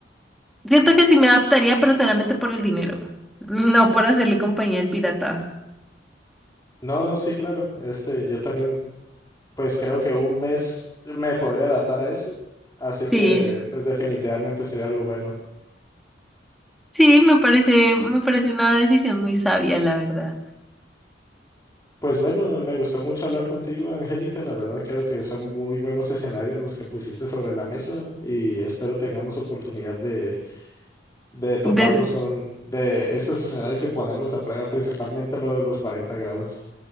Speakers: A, in the centre; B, on the left.
A: siento que sí me adaptaría, pero solamente por el dinero, no por hacerle compañía al pirata.
B: No, no, sí, claro. Este, yo también, pues creo que un mes me podría adaptar a eso. Así que,
A: Sí,
B: pues definitivamente sería algo bueno.
A: sí, me parece, me parece una decisión muy sabia, la verdad.
B: Pues bueno, me gustó mucho hablar contigo, Angélica. La verdad creo que son muy buenos escenarios los que pusiste sobre la mesa y espero tengamos oportunidad de, de toparnos
A: De-
B: con un- de estos escenarios y ponerlos a prueba, principalmente lo de los 40 grados.